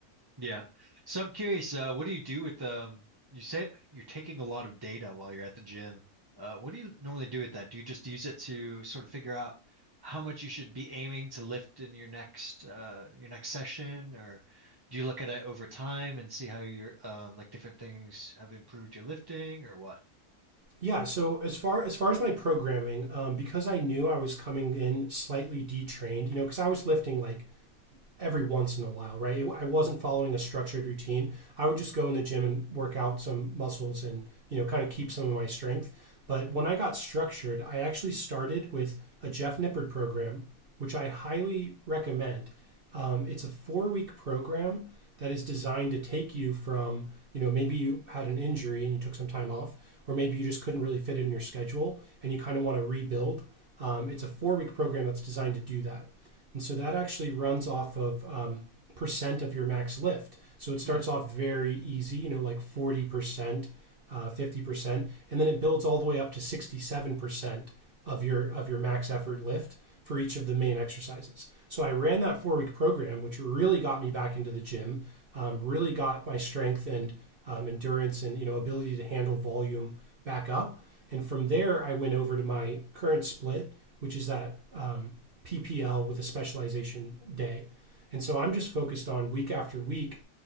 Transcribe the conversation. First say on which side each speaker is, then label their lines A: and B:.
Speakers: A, on the right; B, on the right.
A: Yeah. So I'm curious, uh, what do you do with um you say you're taking a lot of data while you're at the gym. Uh, what do you normally do with that? Do you just use it to sort of figure out how much you should be aiming to lift in your next uh your next session, or do you look at it over time and see how your um like different things have improved your lifting or what?
B: Yeah. So as far as far as my programming, um, because I knew I was coming in slightly detrained, you know, because I was lifting like every once in a while, right? I wasn't following a structured routine. I would just go in the gym and work out some muscles and, you know, kind of keep some of my strength. But when I got structured, I actually started with a Jeff Nippard program, which I highly recommend. Um, it's a four week program that is designed to take you from, you know, maybe you had an injury and you took some time off, or maybe you just couldn't really fit in your schedule and you kind of want to rebuild. Um, it's a four week program that's designed to do that. And so that actually runs off of um, percent of your max lift. So it starts
A: Mm,
B: off very easy, you know, like 40%, uh, 50%, and then it builds all the way up to 67% of your of your max effort lift for each of the main exercises. So I ran that four week program, which really got me back into the gym, um, really got my strength and um, endurance and you know ability to handle volume back up. And from there, I went over to my current split, which is that um, PPL with a specialization day. And so I'm just focused on week after week